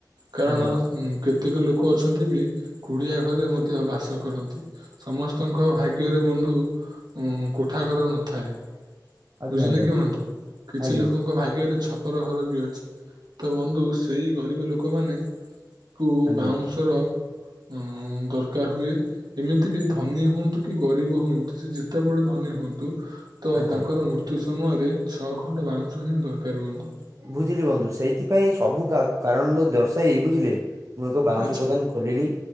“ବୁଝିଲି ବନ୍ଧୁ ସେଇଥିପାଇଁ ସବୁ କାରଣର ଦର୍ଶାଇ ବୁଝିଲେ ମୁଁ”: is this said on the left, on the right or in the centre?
Right